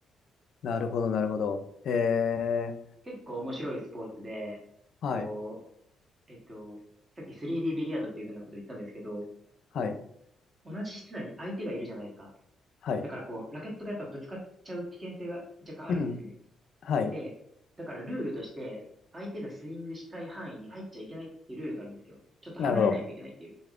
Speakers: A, on the left; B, on the right.
A: なるほど、なるほど。へえ、
B: 結構面白いスポーツで、
A: はい。
B: こう、えっと、さっき 3D ビリヤードっていうふうなことを言ったんですけど、
A: はい。
B: こう、同じ室内に相手がいるじゃないですか。
A: はい。
B: だからこう、ラケットがやっぱぶつかっちゃう危険性が若干あるんですね。
A: うん。はい。
B: で、だからルールとして、相手がスイングしたい範囲に入っちゃいけないっていうルールがあるんですよ。ちょっと離れないといけないっていう。
A: なるほど。